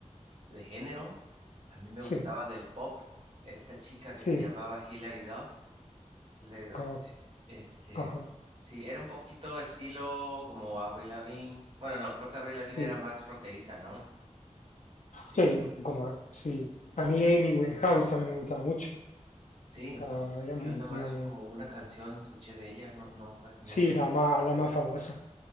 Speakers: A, on the right; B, on the left.
A: de género, a mí me
B: sí,
A: gustaba del pop esta chica que
B: sí,
A: se llamaba Hilary Duff. Killer Dove,
B: ah,
A: eh, Este,
B: ajá.
A: sí, era un poquito estilo
B: sí.
A: como Avril Lavigne. Bueno, no, creo que Avril Lavigne
B: Sí,
A: era más rockerita, ¿no? Sí,
B: sí,
A: no.
B: un poco más, sí.
A: Ok.
B: A mí Amy Winehouse también me gustaba mucho.
A: Sí,
B: Era, era mu-
A: yo nada
B: tenía
A: más
B: mu-
A: como una canción escuché de ella, no, no, casi
B: sí,
A: no.
B: la más, la más famosa.